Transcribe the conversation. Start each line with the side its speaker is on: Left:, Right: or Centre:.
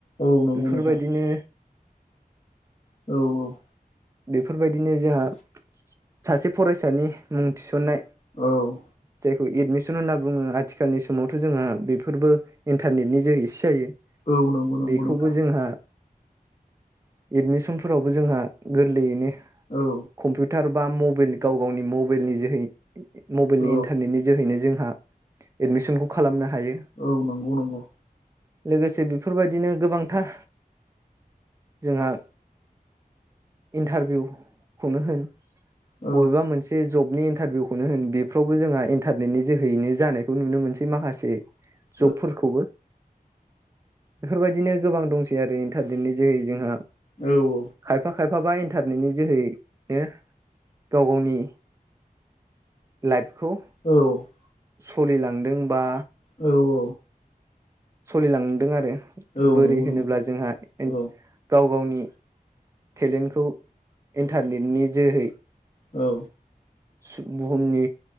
Left: औ नंगौ
Right: बेफोरबायदिनो
Left: नोंथां औ औ
Right: बेफोरबायदिनो जोंहा सासे फरायसानि मुं थिसननाय
Left: औ
Right: जायखौ एडमिसन होनना बुङो आथिखालनि समावथ' जोंहा बेफोरबो इन्टारनेटनि जोहैसो जायो
Left: औ नंगौ नंगौ
Right: बेखौबो
Left: नोंथां
Right: जोंहा एडमिसनफोरावबो जोंहा गोरलैयैनो
Left: औ
Right: कम्पिउटार बा मबिल गाव गावनि मबिलनि जोहै मबाइलनि
Left: औ
Right: इन्टारनेटनि जोहैनो जोंहा एडमिसनखौ खालामनो हायो।
Left: औ नंगौ नंगौ
Right: लोगोसे बेफोरबायदिनो गोबांथार जोंहा इन्टारभिउ खौनो होन
Left: औ
Right: बबेबा मोनसे बे जबनि इन्टारभिउखौनो होन बेफ्रावबो जोंहा इन्टारनेटनि जोहैयैनो जानायखौ नुनो मोनसै माखासे
Left: <inaudible>
Right: जबफोरखौबो बेफोरबायदिनो गोबां दंसै आरो इन्टारनेटनि जोहै जोंहा
Left: औ औ।
Right: खायफा खायफाबा इन्टारनेटनि जोहैनो गाव गावनि लाइभखौ
Left: औ
Right: सलिलांदों बा
Left: औ।
Right: सलिलांदों आरो।
Left: औ
Right: बोरै
Left: नंगौ
Right: होनोब्ला
Left: नंगौ
Right: जोंहा
Left: औ औ
Right: गाव गावनि टेलेनखौ इन्टारनेटनि जोहै
Left: औ।
Right: सु बुहुमनि